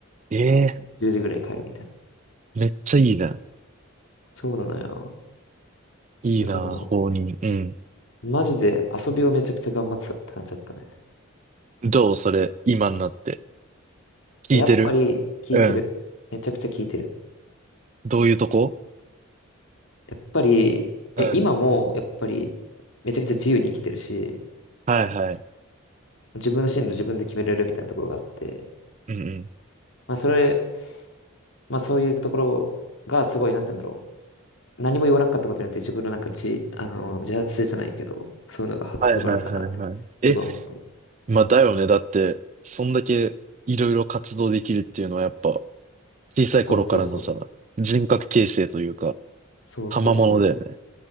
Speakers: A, on the right (about 35°); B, on the left (about 65°).
A: ええ
B: 10時ぐらいに帰るみたいな。
A: めっちゃいいな。
B: そうなのよ。
A: いいなぁ、
B: だからも
A: 放任。うん。
B: う、マジで遊びをめちゃくちゃ頑張ってたって感じだったね。
A: どうそれ、今になって。聞いてる
B: えやっぱり、聞いてる。
A: うん。
B: めちゃくちゃ聞いてる。
A: どういうとこ
B: やっぱり、
A: うん。
B: え、今もやっぱりめちゃくちゃ自由に生きてるし、
A: はいはい。
B: 自分の進路自分で決めれるみたいなところがあって、
A: うんうん。
B: まあそれ、まあそういうところがすごい、なんて言うんだろう。何も言わなかったことによって自分のなんか自、あの、自発性じゃないけど、そういうのが育まれたなってすごい思ってる。
A: はいはいはいはい。え、まあだよね。だって、そんだけいろいろ活動できるっていうのはやっぱ、小さい頃からのさ、
B: そうそうそう。
A: 人格形成というか、
B: そうそうそ
A: 賜物だよね。